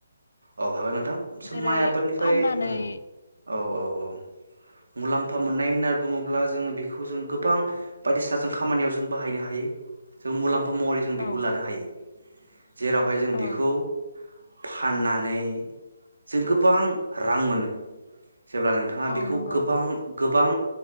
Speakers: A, on the right (about 80°); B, on the left (about 75°).
A: औ हागोन नोंथां जों
B: जेरै
A: माइ आबादनिफ्राय
B: फाननानै
A: उम औ औ औ मुलाम्फा मोननाय होनना बुङोब्ला जोङो बेखौ जों गोबां बायदिसिना जों खामानियाव जों बाहायनो हायो जों मुलाम फा महरै जों
B: औ
A: बेखौ लानो हायो। जेरावहाय जों
B: औ
A: बेखौ फानना नै जों गोबां रां मोनो। जेब्ला नोंथाङा
B: औ
A: बेखौ
B: नंगौ
A: गोबां गोबां